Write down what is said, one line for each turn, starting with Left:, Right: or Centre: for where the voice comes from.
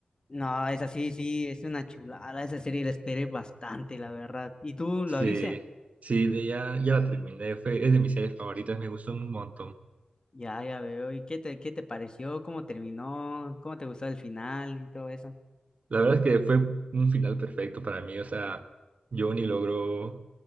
Left: No, esa sí, sí, es una chulada, esa serie la esperé bastante, la verdad. ¿Y tú lo
Right: Sí,
Left: viste?
Right: sí, de ya, ya la terminé, fue, es de mis series favoritas, me gustó un montón.
Left: Ya, ya veo, ¿y qué te, qué te pareció? ¿Cómo terminó? ¿Cómo te gustó el final y todo eso?
Right: La verdad es que fue un final perfecto para mí. O sea, Johnny logró